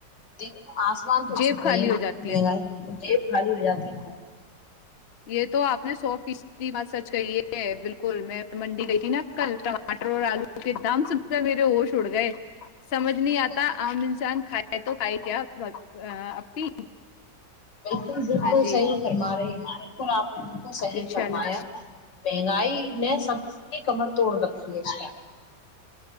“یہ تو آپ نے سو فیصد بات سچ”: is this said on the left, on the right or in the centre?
Left